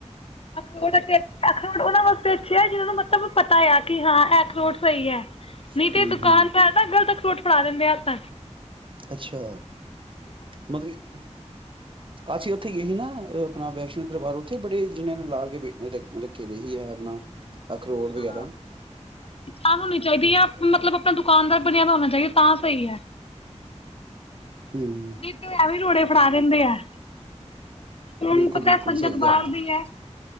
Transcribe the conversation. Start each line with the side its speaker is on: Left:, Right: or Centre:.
Left: ਅਖਰੋਟ ਅੇ ਅਖਰੋਟ ਉਹਨਾਂ ਵਾਸਤੇ ਅੱਛੇ ਆ ਜਿਹਨਾਂ ਨੂੰ ਮਤਲਬ ਪਤਾ ਆ ਕਿ ਹਾਂ ਇਹ ਅਖਰੋਟ ਸਹੀ ਹੈ। ਨਹੀਂ
Right: ਹਮ
Left: ਤੇ ਦੁਕਾਨ
Right: ਹਮ
Left: ਤਾਂ ਹੈ ਨਾ ਗ਼ਲਤ ਅਖਰੋਟ ਫੜਾ ਦਿੰਦੇ ਆਪ।
Right: ਅੱਛਾ ਮਤਲਬ ਅਸੀਂ ਉੱਥੇ ਗਏ ਸੀ ਨਾ ਆਪਣਾ ਵੈਸ਼ਨੋ ਦਰਬਾਰ ਉੱਥੇ ਬੜੇ ਜਣੇ ਨੇ ਲਾ ਕੇ ਰੱਖੇ ਦੇ ਹੀ ਹੈ ਆਪਣਾ। ਅਖਰੋਟ ਵਗੈਰਾ
Left: ਹਾਂ ਕਿਸਾਨ ਹੋਣੀ ਚਾਹੀਦੀ
Right: ਹਮ
Left: ਆ ਮਤਲਬ ਆਪਣਾ ਦੁਕਾਨਦਾਰ ਬਣਿਆ ਹੋਣਾ ਚਾਹੀਦਾ ਤਾਂ ਸਹੀ ਹੈ
Right: ਹਮ
Left: ਨਹੀਂ ਤੂੰ ਐਵੇਂ ਰੋੜੇ ਭਾ ਦਿੰਦੇ ਆ ਹੁਣ
Right: ਬਿਲਕੁਲ
Left: ਪਤਾ
Right: ਬਿਲਕੁਲ
Left: ਸੰਗਤ
Right: ਸਹੀ
Left: ਬਾਹਰ
Right: ਗੱਲ ਆ
Left: ਦੀ ਹੈ